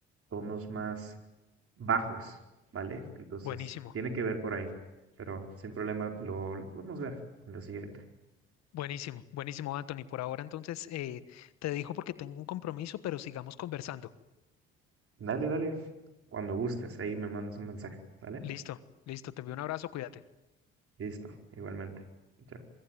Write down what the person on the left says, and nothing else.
Buenísimo,
buenísimo, buenísimo, Anthony. Por ahora entonces eh, te dejo porque tengo un compromiso, pero sigamos conversando.
Listo, listo, te envío un abrazo, cuídate.